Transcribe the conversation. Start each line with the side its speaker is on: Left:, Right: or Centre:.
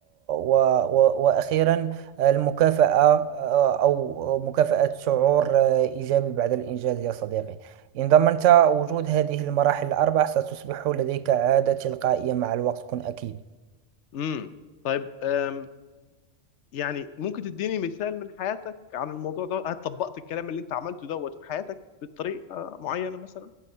Right: و و وأخيرا المكافأة آه، أو مكافأة شعور آه، إيجابي بعد الإنجاز يا صديقي إن ضمنت وجود هذه المراحل الأربع ستصبح لديك عادة تلقائية مع الوقت كن أكيد
Left: م. طيب آم، يعني ممكن تديني مثال من حياتك عن الموضوع ده هل طبقت الكلام اللي انت عملته دوت في حياتك بطريقة معينة مثلا